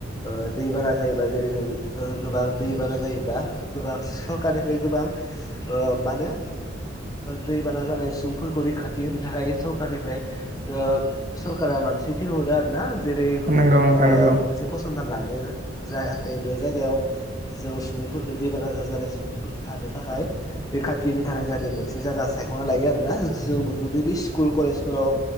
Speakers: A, on the left (about 20°); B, on the right (about 40°).
A: ओ दैबाना जायोबा जेरै जों ओ गोबां दैबाना जायोबा गोबां सरखारनिफ्राय गोबां ओ मा होनो दैबाना जानाय सुबुंफोरखौ रैखाथि होनो थाखाय सरखारनिफ्राय ओ सरकारा मानसि थिन हरो आरो ना? जेरै
B: नंगौ नोंथां
A: मो
B: नंगौ
A: मोनसे फसंथान लानो जाहाथे बे जायगायाव जों सुबुंफोरखौ बेमार आजार जानाय सुबुंफोरखौ थानो थाखाय रैखाथि होनो थाखाय जाहाथे मोनसे जायगा सायख'ना लायो आरोना जों नुबोदोंदि स्कुल कलेजफोराव